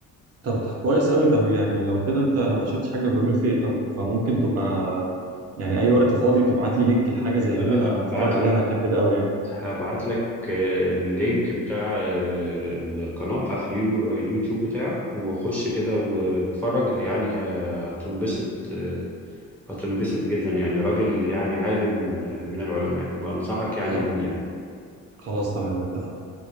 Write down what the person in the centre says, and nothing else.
لا
لا
هبعت
لك
هبعت لك آه، اللينك بتاع آه، القناة بتاعت اليو- اليوتيوب بتاعه وخش كده واتفرج يعني هتنبسط آه، هتنبسط جدا يعني راجل يعني عالم آه، من العلماء بنصحك يعني
بيه يعني